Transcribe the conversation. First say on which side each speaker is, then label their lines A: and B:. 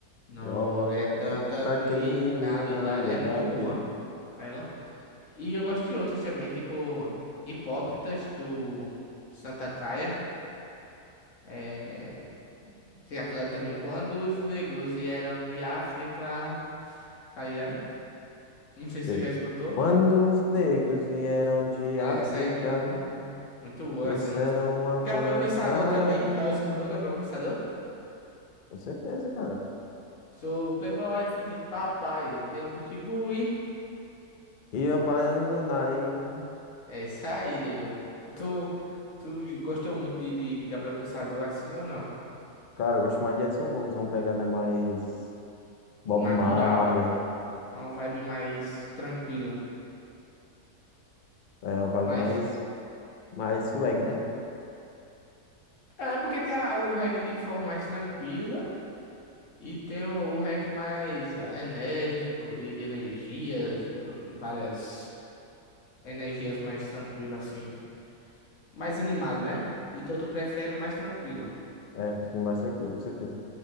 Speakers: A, on the left; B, on the left.
A: não
B: prova
A: é tanta
B: é tanta
A: criminalidade,
B: criminalidade.
A: é muito boa ela. E eu gosto de outras também, tipo Hipócritas do Santa Caia, eh, tem aquela também, Quando os Negros Vieram de África, tá ligado? Não sei se
B: Sei.
A: tu já escutou.
B: Quando os negros vieram de
A: É,
B: África,
A: essa aí mesmo.
B: hum,
A: Muito boa
B: trouxeram
A: essa música.
B: uma
A: Gabriel
B: planta,
A: Pensador também,
B: hum,
A: já escutou Gabriel Pensador?
B: com certeza, cara.
A: Sou playboy, filho de papai, eu tenho um pitbull. e-
B: E eu Nai.
A: É isso aí, Dojo. Tu, tu gostou muito de, de, de Gabriel Pensador assim ou não?
B: Cara, eu gosto mais de Edson Gomes, é uma pegada mais Bob
A: Natural,
B: Marley,
A: uma vibe mais tranquila,
B: é uma vibe
A: mais...
B: mais, mais swag, né?
A: É porque tem a- o reggae de forma mais tranquila e tem o, o reggae mais enérgico, de, de energias, e várias energias mais tranquilas assim. mais animado, né? Então tu prefere o mais tranquilo,
B: É, um perfil mais tranquilo, com certeza.